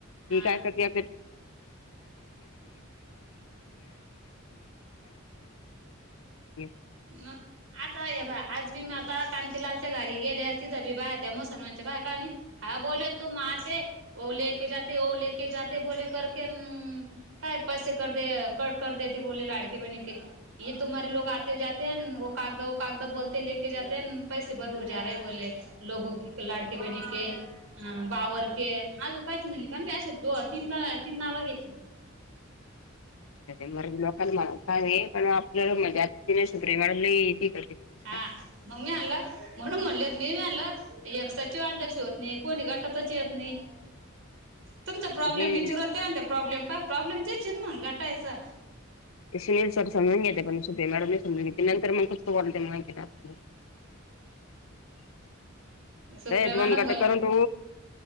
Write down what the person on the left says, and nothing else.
की
काय करते <unintelligible> <inaudible>
<inaudible> सुप्रिया मॅडम लई हे करते
ते
सुनील सर समजून घेते पण सुप्रिया मॅडम नही समजून घेते नंतर मग <inaudible>
र दोन
घटक
कर तू